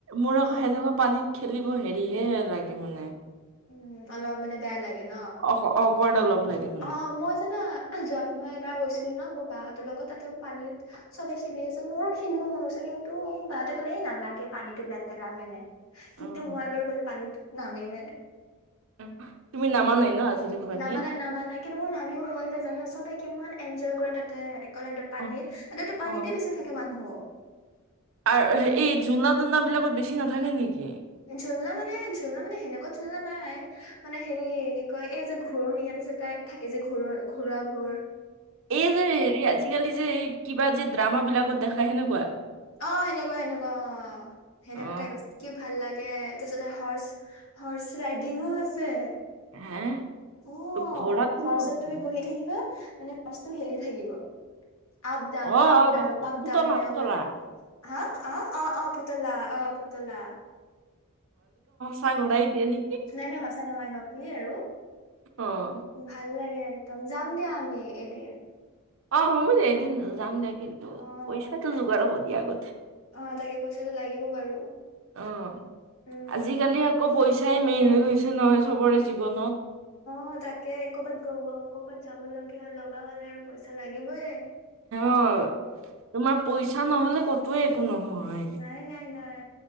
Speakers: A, on the right; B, on the left.
A: মোৰ আকৌ
B: অ
A: সেনেকুৱা পানীত- খেলিব হেৰি হে লাগে মানে।
B: উম' অলপ মানে বেয়া লাগে ন।
A: অক অকৰদ অলপ লাগে। মানে।
B: অঁ' মই জানা যোৱা মই এবাৰ গৈছিলো ন, মোৰ বাহঁতৰ লগত তাতে মোক পানীত- চবে খেলি আছে মোৰো খেলিব মন গৈছে, কিন্তু বাহতে কলে নালাগে পানীটো লেতেৰা হয় ইমান।
A: অ',
B: কিন্তু, মই এবাৰ গ'লে পানীত নামিমে।
A: উম' তুমি নামা নাই ন আজিলৈকে পানীত।
B: নামা নাই নামা নাই কিন্তু মোৰ নামিব নোৱাৰোঁ যে জনা, ছবে কিমান এনজয় কৰে তাতে একলেণ্ডত। পানীৰ
A: অ',
B: সিহঁতেতো পানীতে
A: অ'।
B: বেছি থাকে মানুহৰ।
A: আৰু হেৰি জোলনা-তুলনা বিলাকত বেছি নাথাকে নেকি?
B: ঝুলনা মানে ঝুলনা মানে সেনেকুৱা ঝুলনা নাই, মানে হেৰি কি কয় এই যে ঘূৰণিয়া নিচিনা টাইপ থাকে এই যে ঘো- ঘোৰাবোৰ।
A: এই যে হেৰি আজিকালি যে কিবা যে ড্ৰামা, বিলাকত দেখাই সেনেকুৱা?
B: অ সেনেকুৱা সেনেকুৱা অ সেনেকুৱা
A: অ',
B: টাইপ আছে। কি ভাল লাগে তাৰপিছতে হৰ্চ হৰ্চ ৰাইডিংও আছে।
A: হে
B: অ
A: ঘোঁৰাত কোনে
B: হৰ্চত
A: উঠিব
B: তুমি বহি থাকিবা মানে হৰ্চটো হিলি থাকিব আপ ডান,
A: অ',
B: আপ ডান, আপ
A: পুতলা
B: ডান সেনেকোৱা
A: পুতলা
B: কৰি থাকে। হা', অ', অ', অ', পুতলা অ', পুতলা।
A: হয় মোবাইল দিয়ে নে
B: নাই নাই সঁচা নহয় নকলি আৰু।
A: অ'।
B: ভাল লাগে একদম যাম দিয়া আমি এদিন।
A: অ', হ'ব দে এদিন যাম দে। কিন্তু
B: অ
A: পইচাটো যোগাৰ হ'ব দিয়া আগতে।
B: অ তাকে পইচাটো লাগিব বাৰু
A: অ',
B: উম
A: আজিকালি আকৌ পইচাই মেইন হৈ গৈছে নহয় চবৰে জীৱনত।
B: অ', তাকে কৰ'বাত গ- গ- কৰ'বাত যাব লগীয়া লগা হলে আৰু পইচা লাগিবয়।
A: অ', তোমাৰ পইচা নহ'লে কতোৱে একো নহয়।
B: নাই নাই